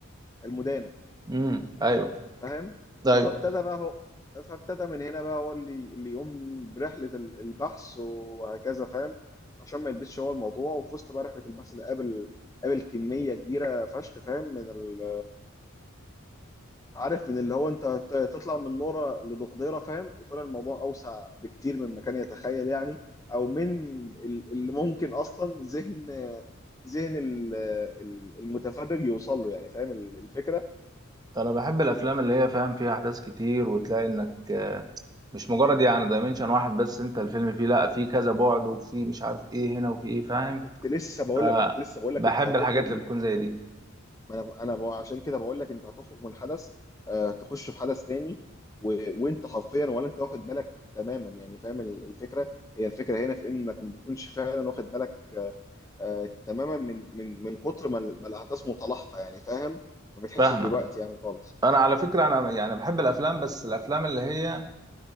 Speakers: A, on the left (about 15°); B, on the right (about 20°).
A: المدان
B: امم ايوه
A: فاهم
B: ايوه
A: فابتدى بقى هو فابتدى من هنا بقى هو اللي اللي يقوم برحله ال- البحث وهكذا فاهم عشان ما يلبسش هو الموضوع وفي وسط بقى رحله البحث ده قابل قابل كميه كبيره فشخ فاهم من ال عارف ان اللي هو انت ت- تطلع من نوره لدقديره فاهم وطلع الموضوع اوسع بكتير مما كان يتخيل يعني او من ال- اللي ممكن اصلا ذهن ذهن ال- ال- المتفرج يوصل له يعني فاهم ال- الفكره
B: انا بحب الافلام اللي هي فاهم فيها احداث كتير وتلاقي انك آه، مش مجرد يعني دايمنشن واحد بس انت الفيلم فيه لا في كذا بعد وفي مش عارف ايه هنا وفي ايه فاهم
A: كنت لسه بقول
B: فبحب
A: لك انا كنت لسه بقول لك انت هتخرج
B: الحاجات
A: من
B: اللي بتكون زي دي
A: ما انا ب- انا ب- عشان كده بقول لك انت هتخرج من حدث آه، تخش في حدث تاني و... وانت حرفيا ولا انت واخد بالك تماما يعني فاهم ال- الفكره هي الفكره هنا في انك ما تكونش فعلا واخد بالك آه، آه، تماما من من من كتر ما, ال... ما الاحداث متلاحقه يعني فاهم ما بتحسش
B: فاهمك
A: بالوقت يعني خالص
B: انا على فكره انا يعني بحب الافلام بس الافلام اللي هي